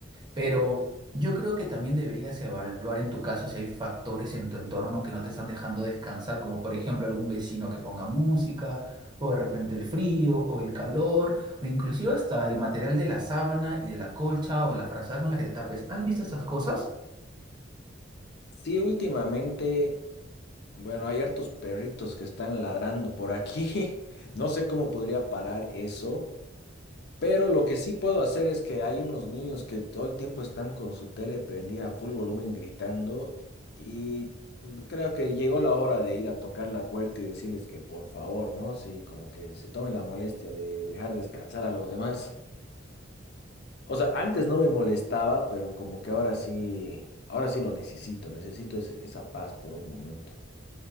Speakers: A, on the right; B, on the left.
A: Pero yo creo que también deberías evaluar en tu caso si hay factores en tu entorno que no te están dejando descansar, como por ejemplo algún vecino que ponga música, o de repente el frío, o el calor, o inclusive hasta el material de la sábana y de la colcha o de la frazada con la que te tapes. ¿Has visto estas cosas?
B: Sí, últimamente, bueno, hay hartos perritos que están ladrando por aquí. <laughs> No sé cómo podría parar eso. Pero lo que sí puedo hacer es que hay unos niños que todo el tiempo están con su tele prendida a full volumen gritando y creo que llegó la hora de ir a tocar la puerta y decirles que por favor, ¿no? Sí, como que se tomen la molestia de dejar descansar a los demás. O sea, antes no me molestaba, pero como que ahora sí, ahora sí lo necesito, necesito ese- esa paz por un momento.